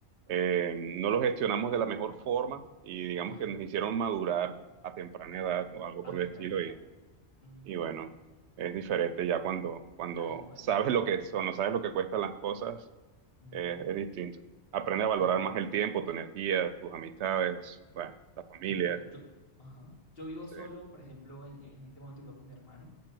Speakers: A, on the right; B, on the left.
A: eh, no los gestionamos de la mejor forma y digamos
B: Ajá,
A: que nos hicieron madurar a temprana edad o algo
B: a
A: por
B: temprana
A: el estilo
B: edad. Ujú,
A: y bueno, es diferente ya cuando, cuando
B: Tal cual.
A: sabes lo que son, no sabes lo que cuestan las cosas,
B: ujú,
A: eh, es distinto. Aprende a valorar
B: Tal cual,
A: más el tiempo, tu energía, tus amistades, bueno, la familia.
B: tal cual. Yo, ajá. Yo vivo
A: sí.
B: solo, por ejemplo, en, en este momento vivo con mi hermano